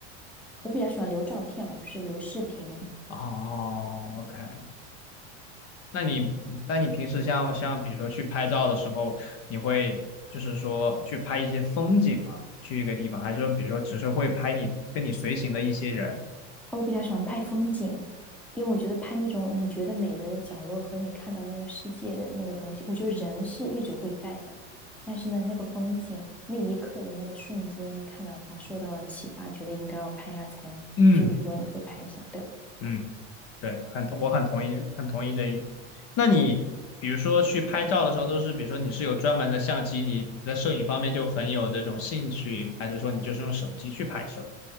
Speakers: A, in the centre; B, on the left.
A: 我比较喜欢留照片，而不是留视频。
B: 哦，OK，那你那你平时像像比如说去拍照的时候，你会就是说去拍一些风景吗？去一个地方，还是说比如说只是会拍你跟你随行的一些人？
A: 哦，我比较喜欢拍风景，因为我觉得拍那种你觉得美的角落和你看到那个世界的那个东西，我觉得人是一直会在的。但是呢，那个风景，那一刻的那个瞬间，你看到它，受到了启发，觉得应该要拍下才，
B: 嗯
A: 就是说你会拍下，对吧
B: 嗯。对，很同，我很同意，很同意这一点。那你比如说去拍照的时候，都是比如说你是有专门的相机，你你在摄影方面就很有这种兴趣，还是说你就是用手机去拍摄